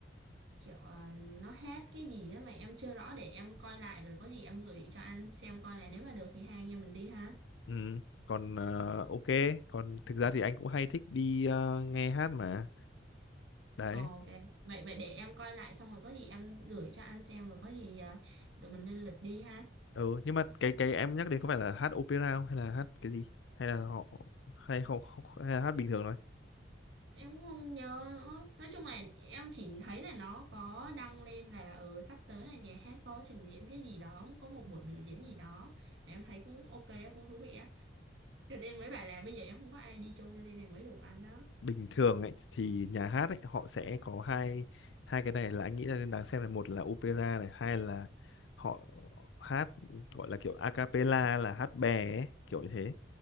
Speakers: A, on the right; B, on the left.
A: kiểu ờ, nó hết cái gì á mà em chưa rõ để em coi lại rồi có gì em gửi cho anh xem coi là nếu mà được thì hai anh em mình đi ha
B: ừ. còn ờ, ok còn thực ra thì anh cũng hay thích đi ờ, nghe hát mà đấy
A: Ờ, ok vậy vậy để em coi lại xong rồi có gì em gửi cho anh xem rồi có gì à, tụi mình lên lịch đi ha
B: ừ nhưng mà cái cái em nhắc đến có phải là hát opera không hay là hát cái gì hay là họ hay không hay là hát bình thường thôi
A: em cũng không nhớ nữa nói chung là em chỉ thấy là nó có đăng lên là ờ sắp tới là nhà hát có trình diễn cái gì đó có một buổi biểu diễn gì đó mà em thấy cũng ok á, cũng thú vị á cho nên mới bảo là bây giờ em không có ai đi chung cho nên là mới rủ anh đó
B: bình thường ấy thì nhà hát ấy họ sẽ có hai hai cái này là anh nghĩ là nên đáng xem là một là opera này hai là họ hát gọi là kiểu a cappella là hát bè ấy, kiểu như thế